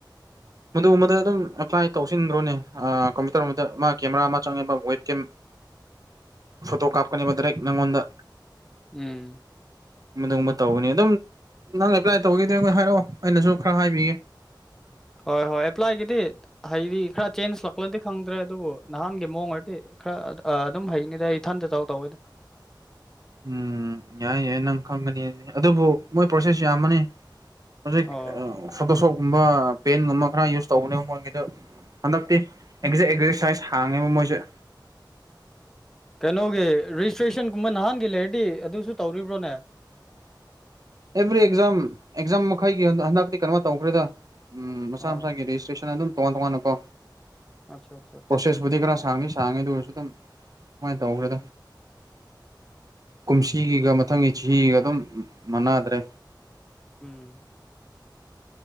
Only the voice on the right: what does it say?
ꯃꯗꯨꯒꯨꯝꯕꯗꯨ ꯑꯗꯨꯝ ꯑꯦꯄ꯭ꯂꯥꯏ ꯇꯧꯁꯤꯟꯒ꯭ꯔꯣꯅꯦ ꯑ ꯀꯝꯄ꯭ꯌꯨꯇꯔ ꯅꯨꯡꯄꯤꯇ꯭ꯔ ꯃꯥ ꯀꯦꯃꯦꯔꯥ ꯑꯃ ꯆꯪꯉꯦꯕ ꯋꯦꯠ ꯀꯦꯝ
ꯐꯣꯇꯣ ꯀꯥꯞꯀꯅꯤꯕ ꯗꯦꯛ ꯅꯪꯉꯣꯟꯗ
ꯃꯗꯨꯒꯨꯝꯕ ꯇꯧꯕꯅꯦ ꯑꯗꯨꯝ ꯅꯪ ꯑꯦꯄ꯭ꯂꯥꯏ ꯇꯧꯒꯦꯗꯤ ꯑꯩꯉꯣꯟꯗ ꯍꯥꯏꯔꯛꯑꯣ ꯑꯩꯅꯁꯨ ꯈꯔ ꯍꯥꯏꯕꯤꯒꯦ
ꯎꯝ ꯌꯥꯏ ꯌꯥꯏ ꯅꯪ ꯈꯪꯒꯅꯤ ꯑꯗꯨꯕꯨ ꯃꯣꯏ ꯄ꯭ꯔꯣꯁꯦꯁ ꯌꯥꯝꯕꯅꯤ ꯍꯧꯖꯤꯛ
ꯑ ꯐꯣꯇꯣꯁꯣꯞꯀꯨꯝꯕ ꯄꯦꯟꯒꯨꯝꯕ ꯈꯔ ꯌꯨꯁ ꯇꯧꯕꯅꯦꯕ ꯃꯣꯟꯒꯤꯗꯨ ꯍꯟꯗꯛꯇꯤ ꯑꯦꯛꯖꯦꯛ ꯑꯦꯛꯖꯔꯁꯥꯏꯁ ꯍꯥꯡꯉꯦꯕ ꯃꯣꯏꯁꯦ
ꯑꯦꯚ꯭ꯔꯤ ꯑꯦꯛꯖꯥꯝ ꯑꯦꯛꯖꯥꯝ ꯃꯈꯩꯒꯤ ꯍꯟꯗꯛꯇꯤ ꯀꯩꯅꯣ ꯇꯧꯈ꯭ꯔꯦꯗ ꯎꯝ ꯃꯁꯥ
ꯃꯁꯥꯒꯤ ꯔꯦꯖꯤꯁꯇ꯭ꯔꯦꯁꯟ ꯑꯗꯨꯝ ꯇꯣꯉꯥꯟ ꯇꯣꯡꯉꯥꯟꯅꯀꯣ
<unintelligible> ꯈꯔ ꯁꯥꯡꯗꯤ ꯁꯥꯡꯉꯦ ꯑꯗꯨ ꯑꯣꯏꯔꯁꯨ ꯑꯗꯨꯝ ꯁꯨꯃꯥꯏꯅ ꯇꯧꯈ꯭ꯔꯦꯗ
ꯀꯨꯝꯁꯤꯒꯤꯒ ꯃꯊꯪꯒꯤ ꯆꯍꯤꯒ ꯑꯗꯨꯝ ꯃꯅꯗ꯭ꯔꯦ